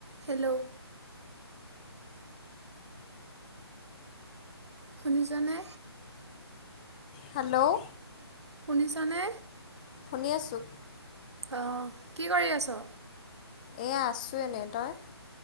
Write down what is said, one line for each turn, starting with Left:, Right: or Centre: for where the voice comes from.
Right: Hello শুনিছা নে
Left: hello
Right: শুনিছানে?
Left: শুনি আছোঁ।
Right: আহ কি কৰি আছ
Left: এ আছো এনে তই